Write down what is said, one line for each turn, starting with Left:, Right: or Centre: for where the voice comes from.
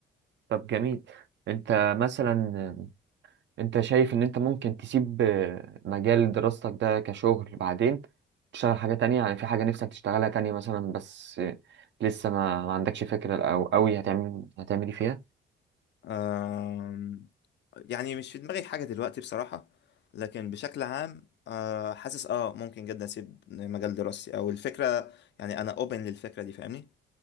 Right: طب جميل انت مثلا انت شايف ان انت ممكن تسيب آه، مجال دراستك ده كشغل بعدين تشتغل حاجة تانية يعني في حاجة نفسك تشتغلها تانية مثلا بس آه، لسه ما, ما عندكش فكرة او قوي هتعمل هتعمل ايه فيها
Left: آم، يعني مش في دماغي حاجه دلوقتي بصراحه لكن بشكل عام آه، حاسس اه ممكن جدا اسيب مجال دراستي او الفكره يعني انا اوبن للفكره دي فاهمني